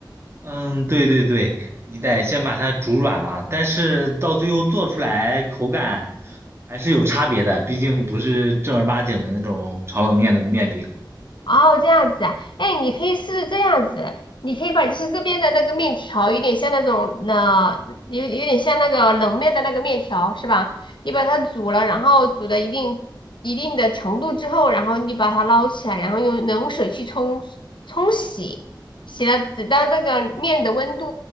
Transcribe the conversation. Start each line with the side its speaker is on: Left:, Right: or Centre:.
Right: 嗯，对对对，你得先把它煮软嘛，但是到最后做出来口感还是有差别的，毕竟不是正儿八经的那种炒冷面的面饼。
Left: 哦，这样子啊，哎，你可以试试这样子，你可以把就是这边的那个面条，有点像那种呃，有有点像那个冷面的那个面条是吧？你把它煮了，然后煮到一定一定的程度之后，然后你把它捞起来，然后用冷水去冲冲洗，洗了直到那个面的温度